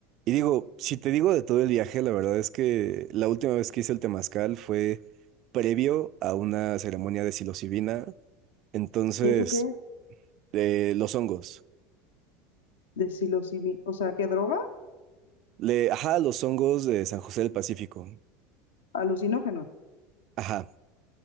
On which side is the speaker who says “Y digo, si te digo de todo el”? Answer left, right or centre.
Right